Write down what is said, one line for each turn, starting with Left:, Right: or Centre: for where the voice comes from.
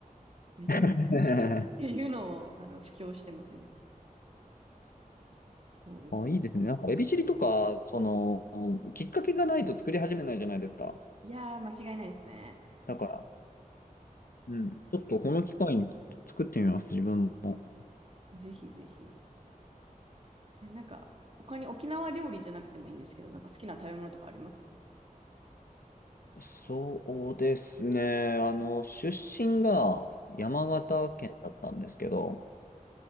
Right: めちゃめちゃ美味しいですっていうのを、
Left: え。<laughs>
Right: あの、布教してます、今。そ
Left: あ、いいですね。なんか、エビチリとか、その、きっかけがないと作り始めないじゃないですか。
Right: う。いやー、間違いないですね。
Left: だから、うん、ちょっとこの機会に作ってみます、自分も。
Right: ぜひぜひ。え、なんか、他に沖縄料理じゃなくてもいいんですけど、なんか好きな食べ物とかあります
Left: そうですね。あの、出身が山形県だったんですけど、